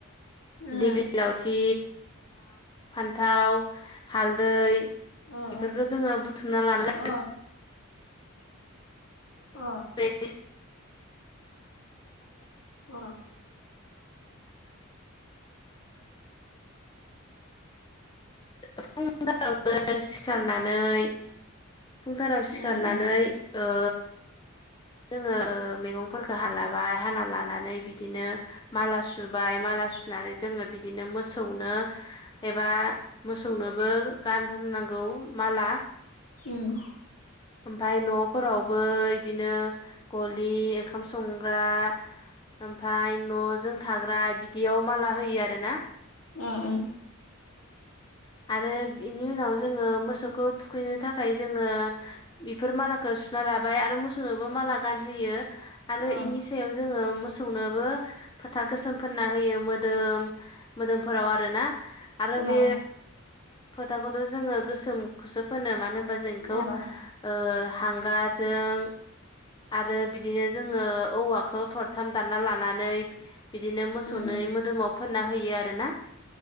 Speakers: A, on the left (about 75°); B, on the left (about 20°).
A: उम
B: दिग्लि लावथि फान्थाव हालदै बेफोरखौ
A: अ
B: जोङो बुथुमना लानो।
A: अ। अ
B: <unintelligible> <unintelligible> <unintelligible>
A: अ
B: फुंथारावनो सिखारनानै फुंथाराव
A: उम
B: सिखारनानै
A: उम
B: ओ जोङो मैगंखो हालाबाय हाना लानानै बिदिनो माला सु बाय माला सुनानै जोङो बिदिनो मोसौनो एबा मोसौनोबो गानहोनांगौ माला
A: उम।
B: ओमफाय न'फोरावबो इदिनो गलि ओंखाम संग्रा। ओमफाय न'जों थाग्रा बिदियाव माला होयो आरोना।
A: अ‌ अ
B: आरो बेनि उनाव जोङो मोसौखौ थुखैनो थाखाय जोङो। बेफोर मालाखौ सुना लाबाय आरो मोसौनोबो माला गानहोयो आरो
A: अ
B: इनि सायाव जोङो मोसौ सौनोबो फोथा गोसोमफोरोनना होयो मोदोम मोदोमफोराव आरोना। आरो
A: अ
B: बे फोथाखौथ' जोङो गोसोमखौसो फोनो मानो होनबा जोंखौ
A: अ
B: ओ हांगारजों आरो बिदिनो जोङो औवाखौ थरथाम दानना लानानै बिदिनो मोसौनो
A: उम उम
B: मोदोमाव फोनना होयो आरोना।